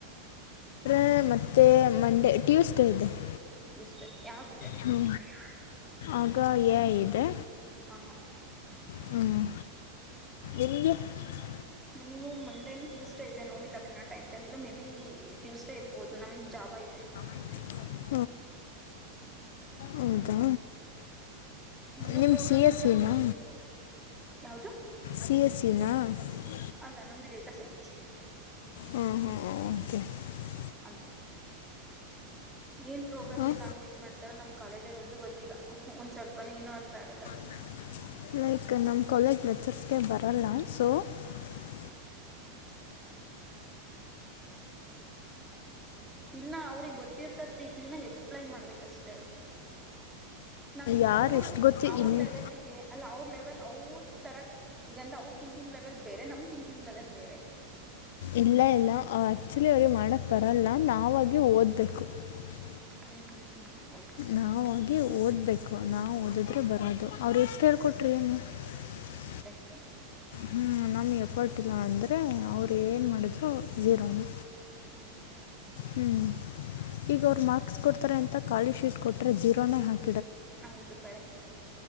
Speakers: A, on the left (about 65°); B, in the centre.
A: ಮತ್ತೆ, ಮತ್ತೆ, ಮಂಡೇ, ಟ್ಯೂಸ್ಡೇ, ಇದೆ. <inaudible>
B: ಇಷ್ಟೇ ಯಾವುದಿದೆ?
A: ಹ್ಞೂ
B: <unintelligible>
A: ಆಗ, ಏಐ, ಇದೆ
B: ಹ್ಮ್ಮ್, ಹ್ಮ್ಮ್. <unintelligible>
A: ಹ್ಮ್, ಎಲ್ಲಿಗೆ. <unintelligible>
B: ನಿಮಗೆ, ಮಂಡೇನು, ಟ್ಯೂಸ್ಡೇ, ಇದೆ ನೋಡಿಲ ಪುನಃ, time, table, May, be. Tuesday ಇರ್ಬಹದು, ನಮ್ಧು, ಜಾಬ್. <unintelligible> ಅಬ್ಬಾ, ಇದೆ. <unintelligible>
A: <unintelligible> <inaudible> ಹೌದಾ
B: ಏನೋ,
A: ನಿಮ್ಮ
B: ಪ್ರೋಗ್ರಾಮಿಂಗ್,
A: ಸಿ ಎಸ್
B: ಲ್ಯಾಂಗ್ವೇಜ್
A: ಸಿನಾ
B: ಯಾವದು? <unintelligible>
A: ಪಿಯುಸಿನ? <unintelligible>
B: ಅಲ್ಲ, ನಂದೂ, ಡೇಟಾ ಸೈನ್ಸ್. <unintelligible>
A: ಹ್ಮ್ಮ್, ಹ್ಮ್ಮ್, ಓಕೆ. <unintelligible>
B: ಅಂಡು. <unintelligible> ಏನ್, ಪ್ರೋಗ್ರಾಮಿಂಗ್,
A: ಹಾಂ
B: ಲ್ಯಾಂಗ್ವೇಜ್, ಮಾಡತಾರೇ, ನಮ್, ಕಾಲೇಜು, ಅಲ್ಲಿ, ಒಂದು ಗೊತ್ತಿಲ್ಲ! ಒಂದ್, ಸ್ವಲ್ಪನು, ಏನು, ಅರ್ಥ, ಆಗಲ್ಲ. <unintelligible>
A: <unintelligible> <inaudible> ಲೈಕ್, ನಮ್ಮ, ಕಾಲೇಜ್, ಲೆಕ್ಚರ್ಸ್ಗೆ, ಬರಲ್ಲ, ಸೊ. <unintelligible>
B: ಇಲ್ಲ, ಅವ್ರಿಗೆ, ಗೊತ್ತಿರ್ತತಿತ್ರಿ, ಇ ತಿಂಗಳು, ಎಕ್ಸ್ಲೈನ್, ಮಾಡ್ಬೇಕಷ್ಟೇ! ಅವರು. <unintelligible> ನಮಗ್,
A: ಯಾರು
B: ಅವ್ರ,
A: ಎಷ್ಟು ಗೊತ್ತಿ
B: ಅವ್ರ,
A: ಇಲ್ಲಿ
B: ಲೆವೆಲ್ಗೆ, ಅಲ್ಲ, ಅವರು. <unintelligible> ಲೆವೆಲ್, ಅವ್ರ, ತರ, ಈಗ, ಅವ್ರ, ಥಿಂಕಿಂಗ್, ಲೆವೆಲ್, ಬೇರೆ, ನಮುಥಿಂಕಿಂಗ್, ಲೆವೆಲ್ ಬೇರೆ. <unintelligible>
A: ಇಲ್ಲ, ಇಲ್ಲ, ಆ್ಯಕ್ಚುಲಿ! ಅವ್ರಿಗೆ, ಮಾಡಕ್, ಬರಲ್ಲ ನಾವಾಗಿ, ಓದಬೇಕು. <unintelligible>
B: ಹ್ಮ್, ಹ್ಮ್, ಹ್ಮ್, ಹೌದು.
A: ನಾವಾಗಿ
B: <unintelligible>
A: ಓದಬೇಕು, ನಾವು ಓದಿದ್ರೆ, ಬರೋದು, ಅವರು, ಎಷ್ಟು, ಹೇಳಿಕೊಟ್ರೆ,
B: ಹಾಂ
A: ಏನು? <unintelligible>
B: <inaudible> <unintelligible>
A: ಹ್ಮ್, ನಮಗೆ, ಎಫರ್ಟ್, ಇಲ್ಲ, ಅಂದರೆ, ಅವರು, ಏನು, ಮಾಡಿದ್ರು, ಹೀರೋಣೆ. <unintelligible>
B: ಹ್ಮ್. <unintelligible>
A: ಹ್ಮ್ಮ್, ಈಗ ಅವ್ರು, ಮಾರ್ಕ್ಸ್, ಕೊಡ್ತಾರೆ! ಅಂತ, ಖಾಲಿ ಶೀಟ್, ಕೊಟ್ಟರೆ, ಜೀರೋನೇ, ಹಾಕಿ. <unintelligible>
B: ಹೌದು, ಕರೆಕ್ಟ್,